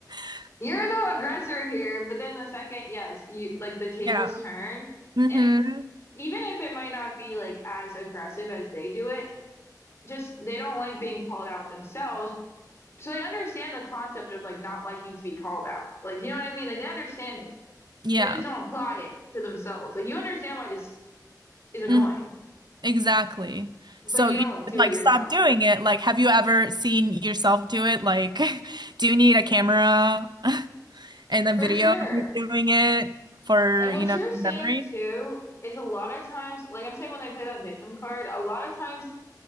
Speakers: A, on the right; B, on the left.
A: <laughs>
B: the aggressor here, but then the second, yes, you like the tables
A: yeah.
B: turn.
A: Mm-hmm.
B: And even if it might not be like as aggressive as they do it, just they don't like being called out themselves. so they understand the concept of like not liking to be called out. Like, you know what I mean? Like they understand it.
A: Yeah.
B: They just don't apply it to themselves. Like you understand why this is annoying,
A: Mm-hmm. Exactly.
B: but
A: So
B: you
A: you
B: don't do
A: should, like
B: it yourself.
A: stop doing it. Like, have you ever seen yourself do it? Like, <laughs> do you need a camera <laughs> and a
B: For
A: video
B: sure.
A: of you doing it for,
B: And what
A: you know,
B: you're
A: your
B: saying
A: memory?
B: too is a lot of times, like I'm saying when they play that victim card, a lot of times